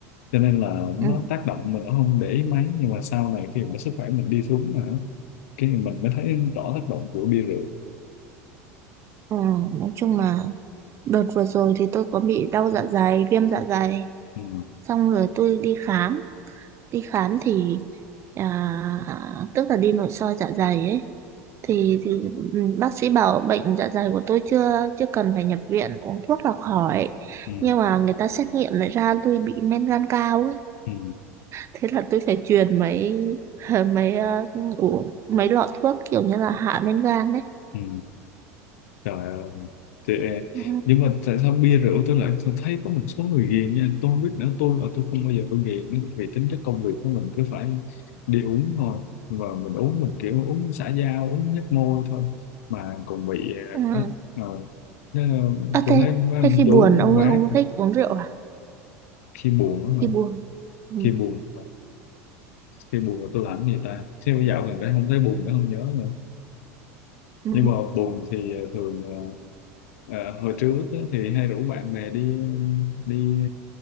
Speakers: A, on the left; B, on the right.
A: cho nên là nó
B: ừ,
A: tác động mình cũng không để ý mấy nhưng mà sau này khi mà sức khỏe mình đi xuống hả cái mình mới thấy rõ tác động của bia rượu
B: ừ, nói chung là đợt vừa rồi thì tôi có bị đau dạ dày viêm dạ dày
A: ừ,
B: xong rồi tôi đi khám đi khám thì à, tức là đi nội soi dạ dày ấy thì, thì ừ, bác sĩ bảo bệnh dạ dày của tôi chưa chưa cần phải nhập viện uống thuốc là khỏi
A: ừ,
B: nhưng mà người ta xét nghiệm lại ra tôi bị men gan cao ấy
A: ừ,
B: thế là tôi phải truyền mấy <laughs> mấy ờ, uống mấy lọ thuốc kiểu như là hạ men gan đấy
A: ừ. Trời ơi, thì,
B: Ừ.
A: nhưng mà tại sao bia rượu tôi lại tôi thấy có một số người ghiền nha, tôi không biết nữa, tôi là tôi không bao giờ tôi ghiền nữa, vì tính chất công việc của mình cứ phải đi uống thôi, mà mình uống mình kiểu uống xã giao, uống nhấp môi thôi, mà còn bị
B: à,
A: ờ, đó, Ờ, nó-
B: à
A: tôi
B: thế,
A: thấy mấy ông
B: thế khi buồn
A: chú, ông
B: ông
A: bác
B: không thích uống rượu à
A: khi buồn đó
B: khi
A: mà,
B: buồn ừ.
A: khi buồn ờ, khi buồn là tôi làm cái gì ta, khi bây dạo gần đây không thấy buồn nữa không nhớ nữa
B: Ừ.
A: nhưng mà buồn thì ờ, thường ờ, ờ, hồi trước á, thì hay rủ bạn bè đi đi